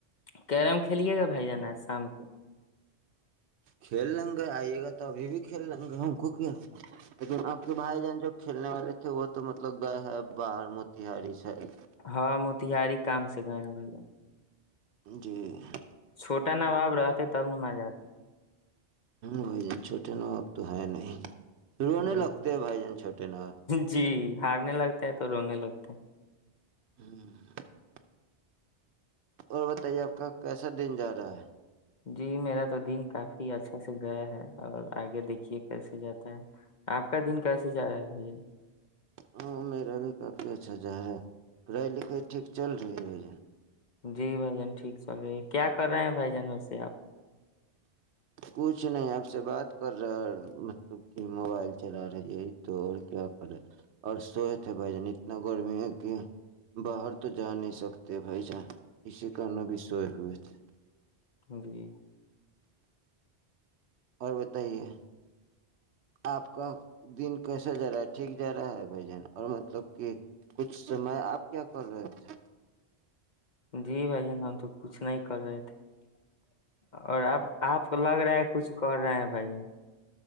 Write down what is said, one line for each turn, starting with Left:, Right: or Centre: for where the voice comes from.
Left: کیرم کھیلیے گا بھائی جان آج شام کو
Right: کھیل لیں گے آئیے گا تو ابھی بھی کھیل لیں گے ہم کوک لیکن آپ کے بھائی جان جو کھیلنے والے تھے وہ تو مطلب گئے ہیں باہر موتیاری سے <inaudible>
Left: ہاں موتہاری کام سے گئے ہیں بھائی <inaudible>
Right: جی <inaudible>
Left: چھوٹا باب رہتے تب مزہ آتے <inaudible>
Right: بھائی جان چھوٹے وب تو ہے نہیں <inaudible> رونے
Left: جی
Right: لگتے ہیں بھائی جان چھوٹے نواب
Left: جی ہارنے لگتا ہے <inaudible> <inaudible>
Right: ہوں <inaudible> اور بتائیے آپ کا کیسا دن جا رہا ہے <inaudible>
Left: جی میرا تو دن کافی اچھا سے گیا ہے اور آگے دیکھیے کیسے جاتا ہے <inaudible> آپ کا دن کیسے رہا ہے بھائیجن <inaudible>
Right: ہاں میرا بھی کافی اچھا چہرا ہے پڑھائی لکھائی ٹھیک چل رہی ہے بھیا <inaudible>
Left: جی بھ جان ٹھیک چل رہی ہے کیا کر رہے ہیں بھائی جان وے آپ
Right: کچھ نہیں آپ سے بات کر رہا مطلب کہ موبائل چلا رہے یہی تو اور کیا کر رہے اور سوئے تھے بھائی جان اتنا گرمی ہے کہ باہر تو جا نہیں سکتے بھائی جان اسی کن ا بھی سوئے ہوئے تھے
Left: بھی <inaudible>
Right: اور بتائیے <inaudible> آپ کا دن کیسا جا رہا ہے ٹھیک جا رہا ہے بھ جان اور مطلب کہ کچھ سمے آپ کیا کر رہے تھے <inaudible>
Left: جی بھائی جان ہم تو کچھ نہیں کر رہے تھے <inaudible> اور اب آپ کو لگ رہا ہے کچھ کر رہے ہیں <inaudible> بھائی <inaudible>